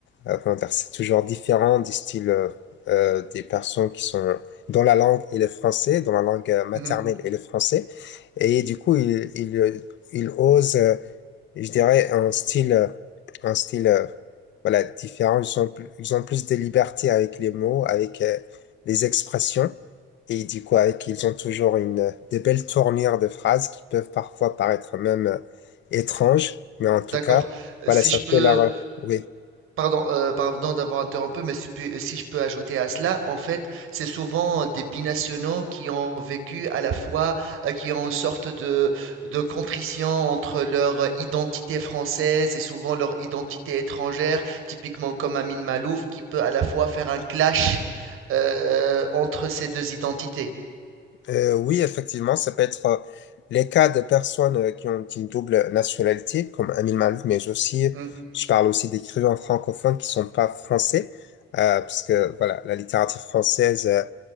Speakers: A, on the left (about 60°); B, on the right (about 90°).
A: euh, comment dire, c'est toujours différent du style euh, euh, des personnes qui sont dont la langue est le français, dont la langue euh, maternelle
B: mhm.
A: est le français. Et du coup, ils, ils, ils osent euh, je dirais, un style, euh, un style euh, voilà, différent. Ils ont, pl- ils ont plus de liberté avec les mots, avec euh, les expressions. Et du coup, avec, ils ont toujours une, des belles tournures de phrases qui peuvent parfois paraître même euh, étranges. Mais en tout
B: D'accord.
A: cas,
B: Euh,
A: voilà,
B: Si
A: ça
B: je peux,
A: fait leur... Oui.
B: Pardon, euh, pardon d'avoir interrompu, mais si, pu- si je peux ajouter à cela, en fait, c'est souvent euh, des binationaux qui ont vécu à la fois, euh, qui ont une sorte de, de contrition entre leur identité française et souvent leur identité étrangère, typiquement comme Amin Malouf, qui peut à la fois faire un clash euh, entre ces deux identités.
A: Euh, oui, effectivement, ça peut être euh, les cas de personnes euh, qui ont une double nationalité, comme Amin Malouf, mais aussi,
B: Mm,
A: je parle aussi d'écrivains francophones qui sont pas français, euh, parce que voilà, la littérature française, euh,